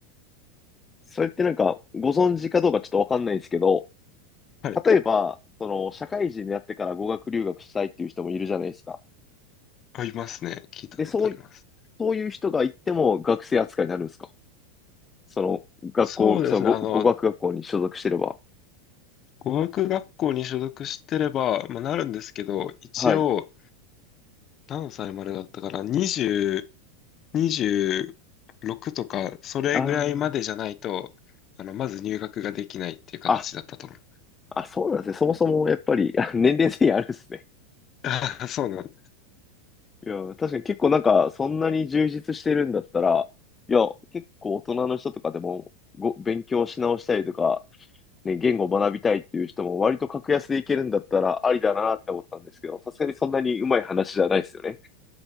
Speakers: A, on the left; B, on the left.
A: それってなんか、ご存知かどうかちょっとわかんないんですけど、
B: はい、
A: 例えば、その、社会人になってから語学留学したいっていう人もいるじゃないですか。
B: ありますね。聞いたことあります。
A: で、そうい、そういう人が行っても学生扱いになるんですかその、学校、
B: そうですね。
A: その語、
B: あの、
A: 語学学校に所属してれば。
B: 語学学校に所属してれば、まあ、なるんですけど、一応、
A: はい。
B: 何歳までだったかな、20、26とか、それぐらいまでじゃないと、
A: あー
B: あの、まず入学ができないっていう形だったと思う。
A: あ、あ、そうなんですね。そもそもやっぱり、<laughs> あ年齢制限あるんですね。
B: <laughs> あそうなんだ。
A: いや、確かに結構なんか、そんなに充実してるんだったら、いや、結構大人の人とかでも、ご、勉強し直したりとか、ね、言語を学びたいっていう人も割と格安でいけるんだったらありだなって思ったんですけど、さすがにそんなにうまい話じゃないですよね。